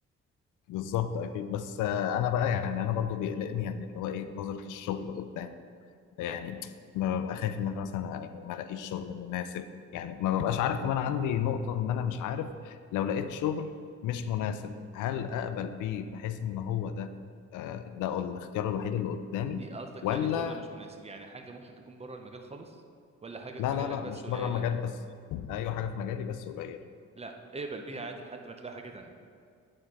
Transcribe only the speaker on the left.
بالظبط اكيد بس آه، انا بقى يعني انا برضو بيقلقني يعني اللي هو ايه نظرة الشغل قدام يعني ما ببقى خايف ان انا مثلا يعني ما الاقيش شغل مناسب يعني ما ببقاش عارف كمان عندي نقطة ان انا مش عارف لو لقيت شغل مش مناسب هل اقبل بيه بحيث ان هو ده آه، ده الاختيار الوحيد اللي قدامي
ولا
لا
لا لا
مش
بره المجال بس ايوه حاجة في مجالي بس قليل